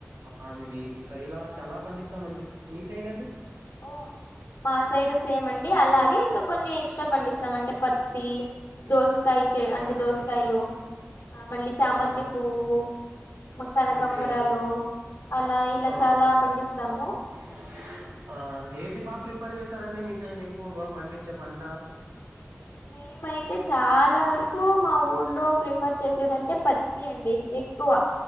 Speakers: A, on the right; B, on the left.
A: మామిడి ఇంకా ఇలా చాలా పండిస్తామ అండి మీ సైడ్ అండి
B: ఓ మా సైడ్ సేమ్ అండి అలాగే ఇంకా కొన్ని ఎక్సట్రా పండిస్తాం అంటే పత్తి దోసకాయ అంటే
A: అవునండి
B: దోసకాయలు ఆ మళ్ళీ చామంతి
A: ఆ
B: పువ్వు కనకాంబరాలు
A: ఓకే
B: అలా ఇలా
A: ఆ
B: చాలా పండిస్తాము
A: <unintelligible> ఆ ఏది బాగా ప్రిఫర్ చేస్తారండి మీ సైడ్ ఎక్కువ బాగా పండించే పంట
B: మేమైతే చాలా వరకు మా ఊర్లో ప్రిఫర్ చేసేదంటే పత్తి అండి ఎక్కువ